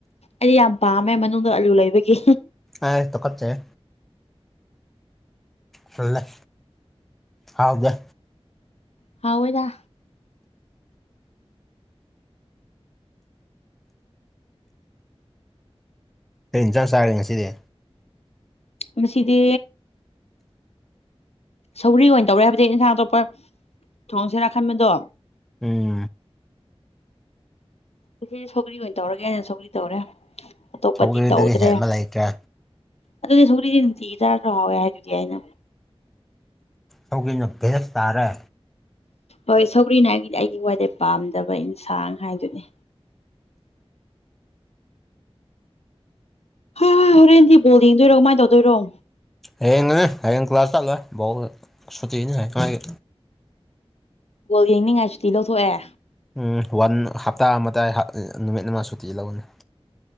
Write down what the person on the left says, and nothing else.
ꯑꯩ ꯌꯥꯝ ꯄꯥꯝꯃꯦ ꯃꯅꯨꯡꯗ ꯑꯂꯨ ꯂꯩꯕꯒꯤ
ꯍꯥꯎꯏꯗ
ꯃꯁꯤꯗꯤ ꯁꯧꯒ꯭ꯔꯤ ꯑꯣꯏꯟ ꯇꯧꯔꯦ ꯍꯥꯏꯕꯗꯤ ꯏꯟꯁꯥꯡ ꯑꯇꯣꯞꯄ ꯊꯣꯡꯁꯤꯔꯥ ꯈꯟꯕꯗꯣ
ꯉꯁꯤ ꯁꯧꯒ꯭ꯔꯤ ꯑꯣꯏꯟ ꯇꯧꯔꯒꯦꯅ ꯁꯧꯒ꯭ꯔꯤ ꯇꯧꯔꯦ ꯑꯇꯣꯞꯄꯗꯤ
ꯇꯧꯗ꯭ꯔꯦ
ꯑꯗꯨꯗꯤ ꯁꯧꯒ꯭ꯔꯤꯖꯦ ꯅꯨꯡꯇꯤꯒꯤ ꯆꯥꯔꯁꯨ ꯍꯥꯎꯑꯦ ꯍꯥꯏꯗꯨꯗꯤ ꯑꯩꯅ
ꯍꯣꯏ ꯁꯧꯒ꯭ꯔꯤꯅ ꯑꯩꯒꯤꯗꯤ ꯑꯩꯒꯤ ꯋꯥꯏꯗꯩ ꯄꯥꯝꯖꯕ ꯏꯟꯁꯥꯡ ꯍꯥꯏꯗꯨꯅꯤ ꯍ ꯍꯣꯔꯦꯟꯗꯤ ꯕꯣꯜ ꯌꯦꯡꯗꯣꯏꯔꯣ ꯀꯃꯥꯏꯟ ꯇꯧꯗꯣꯏꯔꯣ
ꯒꯣꯜ ꯌꯦꯡꯅꯤꯡꯉꯥꯏ ꯁꯨꯇꯤ ꯂꯧꯊꯣꯛꯑꯦ